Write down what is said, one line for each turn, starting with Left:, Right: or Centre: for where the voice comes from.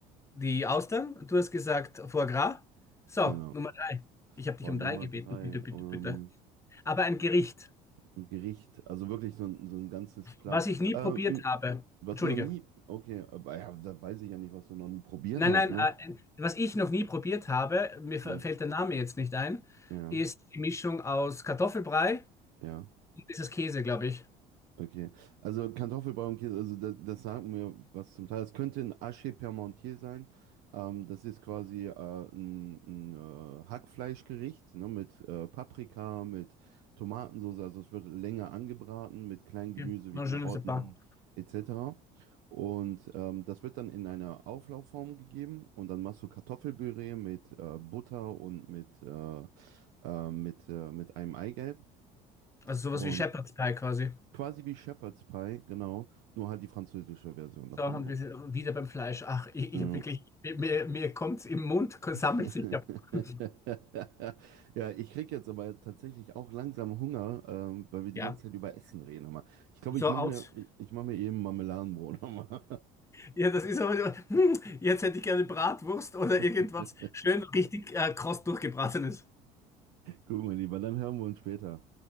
Left: die Austern, du hast gesagt, Foie Gras. So,
Right: Genau.
Left: Nummer drei. Ich habe dich
Right: Boah,
Left: um
Right: Nummer
Left: drei gebeten,
Right: drei.
Left: bitte, bitte,
Right: Ähm,
Left: bitte. Aber ein Gericht,
Right: ein Gericht. Also wirklich so ein, so ein ganzes Plan.
Left: was ich nie
Right: Ähm,
Left: probiert habe.
Right: was
Left: Entschuldige.
Right: du noch nie. Okay, aber ja, da weiß ich ja nicht, was du noch nie probiert
Left: Nein,
Right: hast,
Left: nein,
Right: ne?
Left: äh, was ich noch nie probiert habe, mir f-
Right: Mhm.
Left: fällt der Name jetzt nicht ein,
Right: Ja,
Left: ist die Mischung aus Kartoffelbrei
Right: ja.
Left: und dieses Käse, glaube ich.
Right: Okay, also Kartoffelbrei und Käse, also das, das sagt mir was zum Teil. Es könnte ein Haché Parmentier sein. Ähm, das ist quasi äh, ein, ein äh, Hackfleischgericht ne, mit äh, Paprika, mit Tomatensauce. Also es wird länger angebraten mit kleinen
Left: Okay.
Right: Gemüse
Left: Noch
Right: wie Karotten
Left: Ein schönes Paar.
Right: etc. Und ähm, das wird dann in eine Auflaufform gegeben und dann machst du Kartoffelpüree mit äh, Butter und mit, äh, äh, mit, äh, mit einem Eigelb.
Left: Also sowas
Right: Und
Left: wie Shepherd's Pie quasi.
Right: Quasi wie Shepherd's Pie, genau. Nur halt die französische Version davon.
Left: So, und wir sind wieder beim Fleisch. Ach, ich,
Right: Ja.
Left: ich hab wirklich, mir, mir kommt's im Mund, sammelt
Right: <laughs>
Left: sich ja. <laughs>
Right: Ja, ich krieg jetzt aber tatsächlich auch langsam Hunger, ähm, weil wir die
Left: Ja,
Right: ganze Zeit über Essen reden. Hör mal. Ich glaube,
Left: so
Right: ich mache
Left: aus.
Right: mir, ich, ich mach mir eben Marmeladenbrot nochmal.
Left: Ja, das ist aber, so, hm, jetzt hätte ich gerne Bratwurst oder irgendwas
Right: <laughs>
Left: schön richtig äh, kross durchgebratenes.
Right: Gut, mein Lieber, dann hören wir uns später.